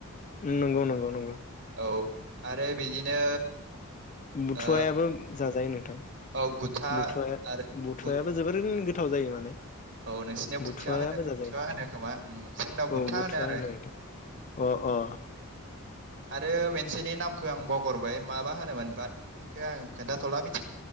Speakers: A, on the left (about 35°); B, on the right (about 55°).
A: नंगौ नंगौ‌ नंगौ।
B: औ आरो बिदिनो
A: बुथुवायाबो
B: ओ
A: जाजायो नोंथां
B: औ गुथा
A: बुथुवाया
B: आरो
A: बुथवायाबो
B: बुथ
A: जोबोरैनो गोथाव जायो माने
B: औ नोंसिनियाव गुथिया
A: बुथुवायाबो
B: होनो गुथिया
A: जाजायो नोंथां
B: होनो खोमा जोंनाव
A: औ
B: गुथा
A: बुथुवा
B: होनो आरो
A: नोंथां अ अ
B: आरो मोनसेनि नामखौ खौ आं बगरबाय माबा होनोमोन बात बेखौ आं खोन्थाथ'ला मिथि